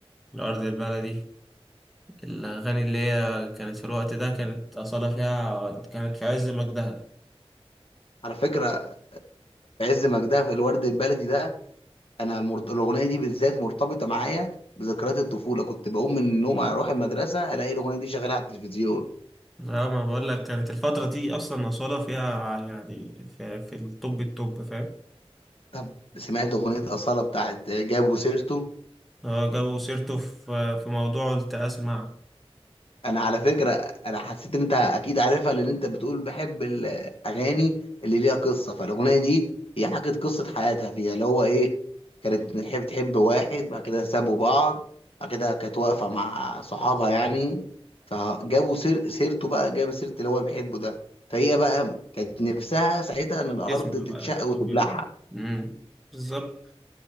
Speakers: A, in the centre; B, on the left.
A: الارض البلدي الاغاني اللي هي كانت في الوقت ده كانت اصاله فيها كانت في عز مجدها
B: على فكرة في عز مجدها في الورد البلدي ده أنا مرت... الأغنية دي بالذات مرتبطة معايا بذكريات الطفولة كنت بقوم من النوم أروح المدرسة ألاقي الأغنية دي شغالة على التلفزيون
A: لا ما بقول لك كانت الفتره دي اصلا اصاله فيها يعني في, في الطب الطب فاهم
B: طب سمعت أغنية أصالة بتاعت جابوا سيرته
A: هو جابوا سيرته في في موضوع قلت اسمع
B: انا على فكره انا حسيت ان انت اكيد عارفها لان انت بتقول بحب الاغاني اللي ليها قصه فالاغنيه دي هي حكت قصه حياتها فيها اللي هو ايه كانت بتحب تحب واحد بعد كده سابوا بعض بعد كده كانت واقفه مع صحابها يعني فجابوا سير سيرته بقى جاب سيره اللي هو بيحبه ده فهي بقى كانت نفسها ساعتها ان الارض
A: اسمه
B: تتشق
A: بقى
B: وتبلعها
A: طوكيو امم بالظبط